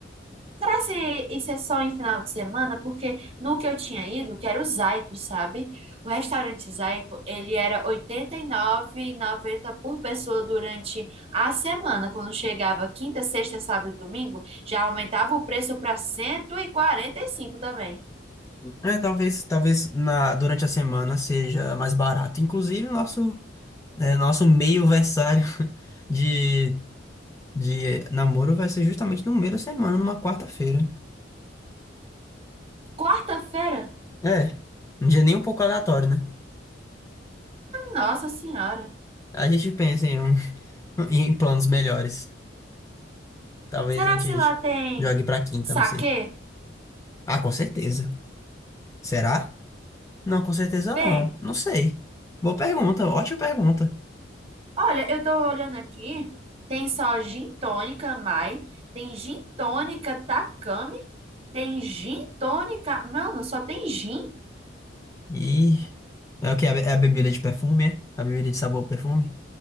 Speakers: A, on the right; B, on the left.
A: Será se isso é só em final de semana? Porque no que eu tinha ido, que era o Zaico, sabe? O restaurante Zaico, ele era oitenta e nove e noventa por pessoa durante a semana. Quando chegava quinta, sexta, sábado e domingo, já aumentava o preço para cento e e quarenta e cinco também.
B: É, talvez, talvez na, durante a semana seja mais barato. Inclusive, nosso. É, nosso meio versário <laughs> de, de namoro vai ser justamente no meio da semana, numa quarta-feira.
A: Quarta-feira?
B: É, um dia nem um pouco aleatório, né?
A: Nossa Senhora.
B: A gente pensa em, um- <laughs> em planos melhores. Talvez
A: Será
B: a gente
A: se lá tem
B: jogue pra quinta,
A: saquê?
B: não sei. Ah, com certeza. Será? Não, com certeza
A: Bem,
B: não. Não sei. Boa pergunta, ótima pergunta.
A: olha, eu tô olhando aqui. Tem só gin tônica Mai, tem gin tônica Takami, tem gin tônica. Mano, só tem gin.
B: E é o que? É a be- é a bebida de perfume, é? A bebida de sabor perfume?